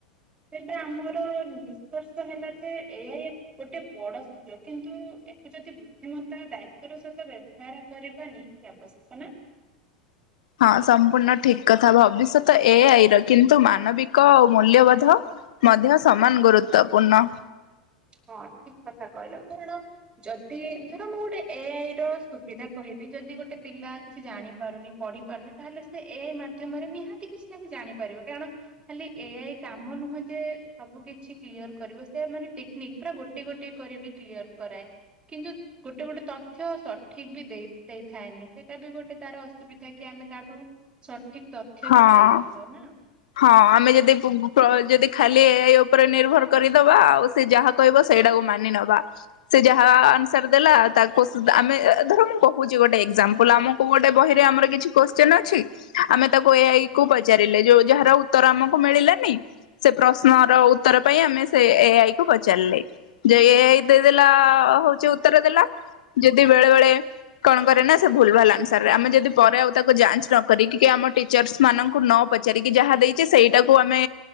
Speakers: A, on the right; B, on the left.
A: ତେବେ ଆମର ନିଷ୍କର୍ଷ ହେଲା ଯେ ଏହା ଗୋଟେ ବଡ ସୁଯୋଗ କିନ୍ତୁ ଏହାକୁ ଯଦି ବୁଦ୍ଧିମତା ଦାୟିତଵ ର ସହିତ ବ୍ୟବହାର କରିବା ନିହାତି ଆବଶ୍ୟକ ନା।
B: ହଁ ସମ୍ପୂର୍ଣ୍ଣ ଠିକ କଥା ଭବିଷ୍ୟତ ଏଆଇ ର କିନ୍ତୁ ମାନବିକ ଆ ମୂଲ୍ୟବୋଧ ମଧ୍ୟ ସମାନ ଗୁରୁତ୍ୱପୂର୍ଣ୍ଣ।
A: ହଁ ଠିକ କଥା କହିଲ କାରଣ ଯଦି ଧର ମୁଁ ଗୋଟେ ଏ ଆଇ ର ସୁବିଧା କହିବି ଯଦି ଗୋଟେ ପିଲା କିଛି ଜାଣିପାରୁନି ପଢି ପାରୁନି ତାହେଲେ ସେ ଏ ଆଇ ମାଧ୍ୟମରେ ନିହାତି କିଛି ନା କି ଜାଣିପାରିବ କାରଣ ଖାଲି ଏଆଇ କାମ ନୁହଁ ଯେ ସବୁ କିଛି କ୍ଲିୟର କରିବ ସେ ମାନେ ଟିକ ପୁରା ଗୋଟେ ଗୋଟେ କରିିବ କ୍ଲିୟର କରାଏ କିନ୍ତୁ ଗୋଟେ ଗୋଟେ ତଥ୍ୟ ସଠିକ ବି ଦେଇ ଦେଇଥାଏନି ସେଇଟା ବି ଗୋଟେ ତାର ଅସୁବିଧା କି ଆମେ ତାଠୁ ସା ଠିକ ତଥ୍ୟ
B: ହଁ।
A: ବି ପାଇନଥାଉ ନା।
B: ହଁ ଆମେ ଯଦି ଯଦି ଖାଲି ଏଆଇ ଉପରେ ନିର୍ଭର କରିଦବା ଆଉ ସେ ଯାହା କହିବ ସେଇଟାକୁ ମାନି ନବା ସେ ଯାହା ଆନ୍ସର ଦେଲା ତାକୁ ଆମେ ଧର ମୁଁ କହୁଛି ଗୋଟେ ଏକ୍ଜାମ୍ପଲ ଆମକୁ ଗୋଟେ ବହିରେ ଆମର କିଛି କୋଶ୍ଚନ ଅଛି ଆମେ ତାକୁ ଏଆଇ କୁ ପଚାରିଲେ ଯଉ ଯାହାର ଉତ୍ତର ଆମକୁ ମିଳିଲାନି ସେ ପ୍ରଶ୍ନର ଉତ୍ତର ପାଇଁ ଆମେ ସେ ଏ ଆଇ କୁ ପଚାରିଲେ ଯେ ଏ ଆଇ ଦେଇଦଲା ହଉଛି ଉତ୍ତର ଦେଲା ଯଦି ବେଳେ ବଳେ କଣ କରେ ନା ସେ ଭୁଲ ଭାଲ ଆନ୍ସର ଆମେ ଯଦି ପରେ ଆଉ ତାକୁ ଯାଞ୍ଚ ନକିକି ଆମ ଟିଚର୍ ମାନଙ୍କୁ ନ ପ ପଚାରିକି ଯାହା ଦେଇଛି ସେଇଟାକୁ ଆମେ